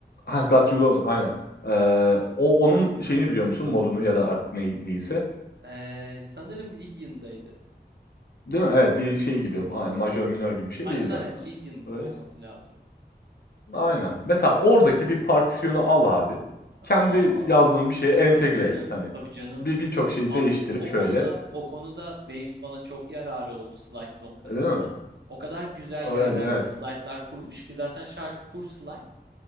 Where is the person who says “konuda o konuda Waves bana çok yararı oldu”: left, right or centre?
Right